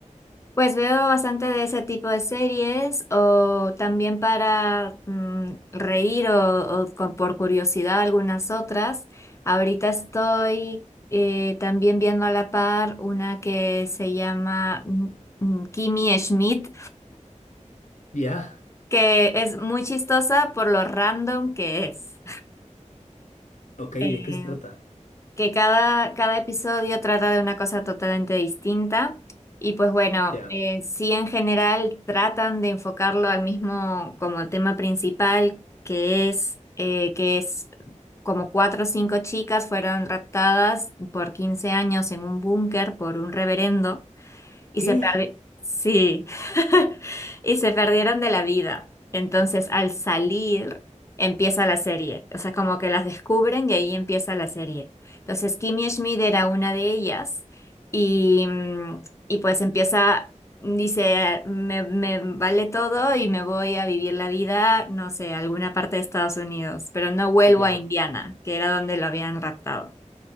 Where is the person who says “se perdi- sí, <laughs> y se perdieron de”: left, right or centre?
Left